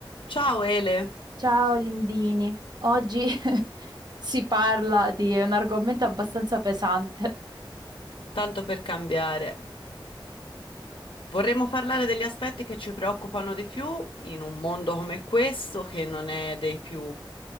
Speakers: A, on the left; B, on the right.
A: Ciao Ele,
B: Ciao Lindini, oggi <laughs> si parla di un argomento abbastanza pesante.
A: tanto per cambiare. Vorremmo parlare degli aspetti che ci preoccupano di più in un mondo come questo, che non è dei più